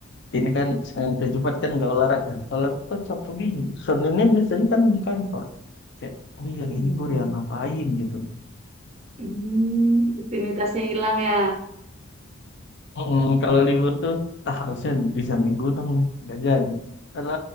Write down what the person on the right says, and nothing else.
Hmm,
hmm, rutinitasnya hilang ya?